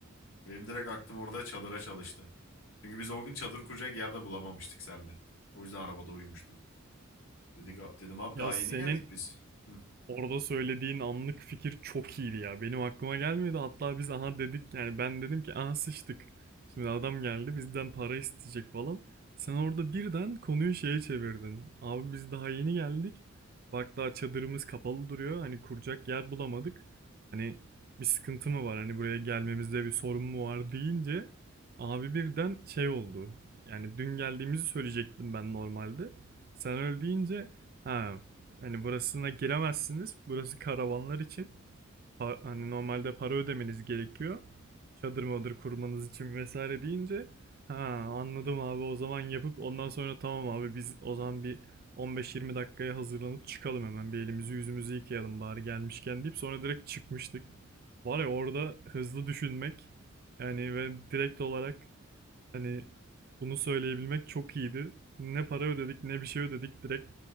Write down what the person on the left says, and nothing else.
Benim direkt aklım orada çadıra çalıştı. Çünkü biz o gün çadır kuracak yerde bulamamıştık seninle. O yüzden arabada uyumuştuk. Dedik, dedim abi daha
yeni geldik biz. Hı.